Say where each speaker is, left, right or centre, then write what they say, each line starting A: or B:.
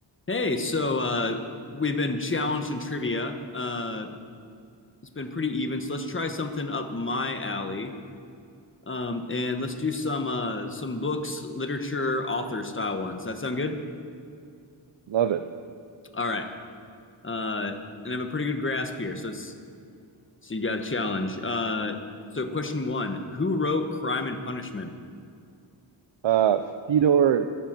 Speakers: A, on the left; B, on the right.
A: Hey, so uh, we've been challenged in trivia. Uh, it's been pretty even, so let's try something up my alley. Um, and let's do some uh, some books, literature, author style ones. That sound good?
B: Love it.
A: All right. Uh, and I have a pretty good grasp here, so it's so you got a challenge. Uh, so question one: Who wrote *Crime and Punishment*?
B: Uh, Fyodor